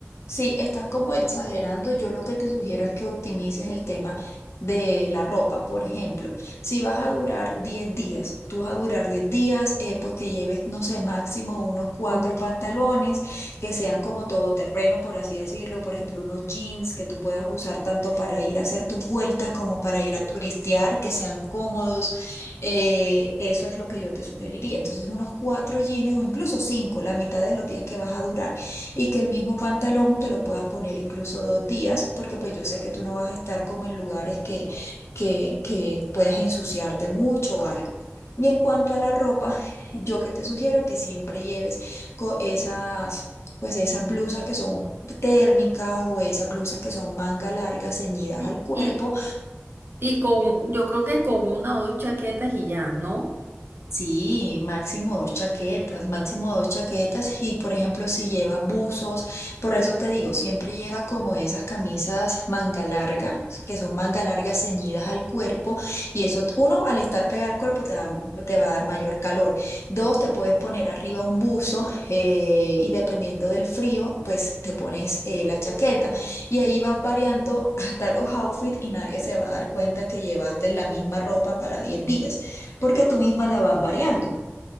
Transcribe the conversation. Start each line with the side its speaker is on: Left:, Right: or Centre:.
Left: Sí, estás como exagerando. Yo lo que te sugiero es que optimices el tema de la ropa, por ejemplo. Si vas a durar 10 días, tú vas a durar 10 días, eh, pues que lleves, no sé, máximo unos cuatro Mm. pantalones que sean como todoterreno, por así decirlo. Por ejemplo, unos jeans que tú puedas usar tanto para ir a hacer tus vueltas como para ir a turistear, que sean cómodos. Eh, eso es lo que yo te sugeriría. Entonces, unos cuatro jeans o incluso cinco, la mitad de los días que vas a durar y que el mismo pantalón te lo puedas poner incluso dos días, porque pues yo sé que tú no vas a estar como en lugares que, que, que puedas ensuciarte mucho o algo. Y en cuanto a la ropa, yo que te sugiero que siempre lleves co- esas, pues esas blusas que son térmicas o esas blusas que son manga largas ceñidas
Right: Y,
Left: al cuerpo
Right: y, y con, yo creo que con una o dos chaquetas y ya, ¿no?
Left: Sí, máximo dos chaquetas, máximo dos chaquetas y por ejemplo si lleva buzos, por eso te digo, siempre lleva como esas camisas manga larga, que son manga largas ceñidas al cuerpo y eso uno al estar pegada al cuerpo te da- te va a dar mayor calor. Dos, te puedes poner arriba un buzo eh, y dependiendo del frío, pues te pones eh, la chaqueta y ahí vas variando hasta los outfits y nadie se va a dar cuenta que llevaste la misma ropa para 10 días porque tú misma la vas variando.